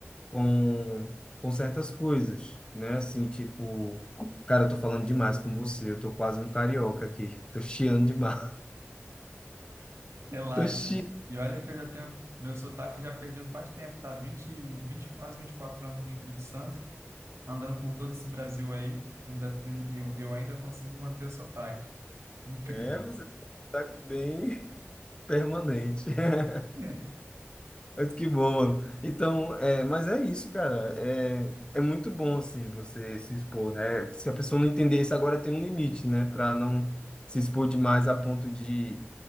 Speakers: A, on the left; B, on the right.
A: com, com certas coisas, né? Assim, tipo, cara, eu tô falando demais com você, eu tô quase um carioca aqui, <laughs> tô chiando demais. <laughs>
B: relaxa.
A: Tô chiando.
B: E olha que eu já tenho. Meu sotaque já perdeu faz tempo, tá? 20, 20 quase 24 anos no Espírito Santo. andando por todo esse Brasil aí, ainda, eu, eu ainda consigo manter o sotaque. Incrível.
A: É, você tá aqui bem permanente. <laughs>
B: <laughs>
A: Mas que bom, mano. Então, é, mas é isso, cara. É, é muito bom, assim, você se expor, né? Se a pessoa não entender isso agora, tem um limite, né? Pra não se expor demais a ponto de,